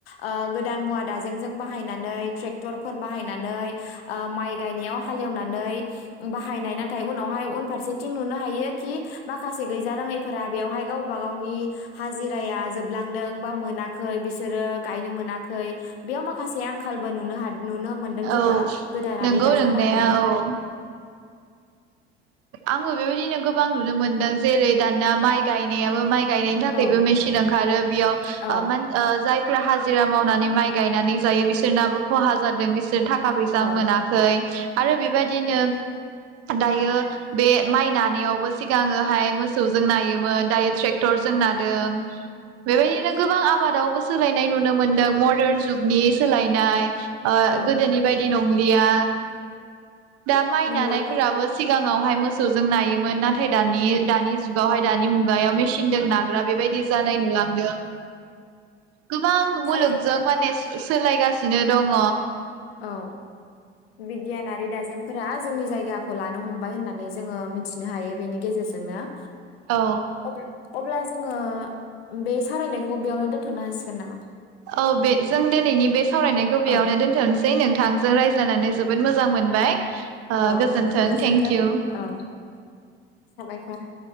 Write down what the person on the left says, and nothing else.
ओ गोदान मुवा दाजेमजों बाहायनानै ट्रेक्टर फोर बाहायनानै ओ माइ गायनायाव हालेवना नै बाहायनाय नाथाइ उनावहाय उनफारसेथिं नुनो हायो कि माखासे गैजारोङैफोरा बेवहाय गावबा गावनि हाजिराया जोबलादों बा मोनाखै बिसोरो गायनो मोनाखै बेयाव माखासे आंलबो नुनो हा नुनो मोनदों
जोङो गोदानारि
दाजेम
बाहायनायखौ
औ
औ
औ
औ
नंगौ
थारै
औ बिगियानारि दाजेमफोरा जोंनि जायगाखौ लानो हमबाय होननानै जोङो मिथिनो हायो बेनि गेजेरजोंनो
अब- अब्ला जोङो बे सावरायनायखौ बेयावनो दोनथ'नो हासिगोन नामा
औ
औ गोजोन्थों
औ साबायखर